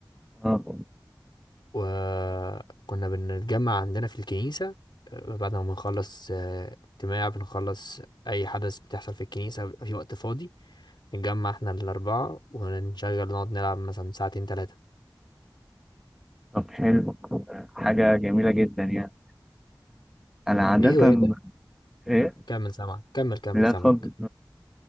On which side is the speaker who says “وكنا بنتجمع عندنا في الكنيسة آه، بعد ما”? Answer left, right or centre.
Left